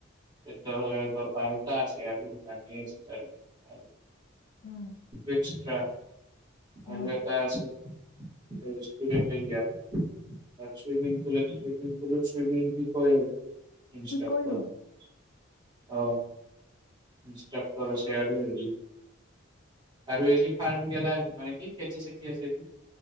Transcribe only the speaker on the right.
এক দহ-এক দহ বাৰটা আছে আৰু জানি আছে আৰু আৰু,
এক্সট্ৰা
আৰু এটা আছে ৰেষ্টুৰেণ্ট এৰিয়া, তাত চুইমিং-পুল আছে, চুইমিং-পুলত চুইমিং তো ইষ্ট্ৰাক্টৰ
হয় অ ইনষ্ট্ৰাক্টৰ আছে আৰু উম্ আৰু এই', যি ফাৰ্ম গেলা মানে কি খেতি-চেতি আছে যি,